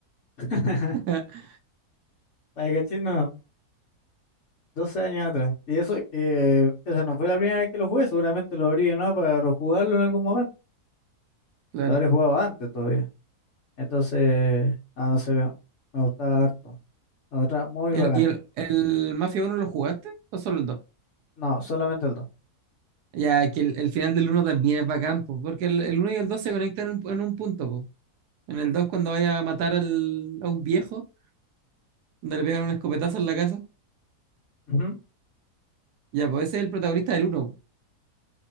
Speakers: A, on the left; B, on the right.
A: <laughs>
B: <laughs>
A: Para que cachis, <laughs> no, 12 años atrás. Y eso, eh, esa no fue la primera vez que lo jugué, seguramente lo abrí no para rejugarlo en algún momento.
B: Claro.
A: Lo habré jugado antes todavía. Entonces, ah, no sé, me me gustaba harto. La otra, muy
B: ¿Y
A: bacán.
B: el, y el- el Mafia 1 lo jugaste o solo el 2?
A: No, solamente el dos
B: Ya que el, el final del uno también es bacán, po, porque el, el 1 y el 2 se conectan en un, en un punto. po. En el 2 cuando vaya a matar al- a un viejo, donde le pegan un escopetazo en la casa,
A: Ujú.
B: ya pues ese es el protagonista del 1.